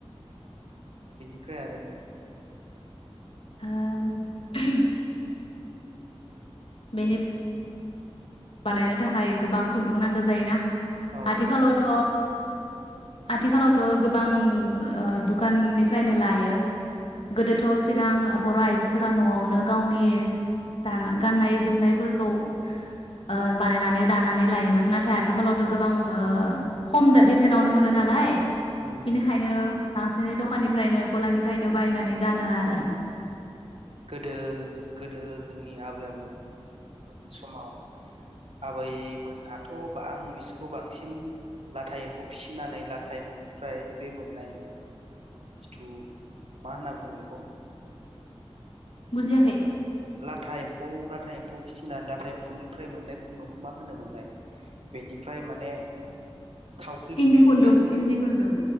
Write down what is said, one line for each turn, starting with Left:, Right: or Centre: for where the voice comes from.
Right: बेनिफ्राय आरो
Left: ओम <unintelligible> बेनि बानायनो थाखाय गोबां खुन्दुं नांगौ जायोना
Right: औ
Left: आथिखालावथ'
Right: उम
Left: आथिखालावथ' गोबां ओ दुखान निफ्रायनो लायो। गोदोथ' सिगां बर' आइजो फोरा न'आवनो गावनि दान गाननाय जोमनाय फोरखौ ओ बानायनानै दानानै लायोमोन नाथाय आथिखालावथ' गोबां ओ खम दो बेसेनावनो मोनो नालाय।
Right: उम
Left: बिनिखायनो
Right: उम
Left: बांसिनै दखाननिलफ्रायनो गलानि फ्रायनो बायनानै गानो आरो।
Right: गोदो गोदो जोंनि आबै आबौ मोन मोननि समाव आबै मोनहाथ' आं बिसोरखौ बांसिन लाथा एम्फौ फिसिनानै लाथा एम्फौ निफ्राय बे मोननाय जिथु मा होनना बुङो बेखौ?
Left: बुजियाखै?
Right: लाथा एम्फौ लाथा एम्फौ फिसिनानै लाथा एम्फौनिफ्राय मोननाय खुन्दुंखौ मा होनो मोनलाय बेनिफ्राय माने थावख्रि लुयै
Left: इन्दि खुन्दुं
Right: लुयै
Left: इन्दि खुन्दुं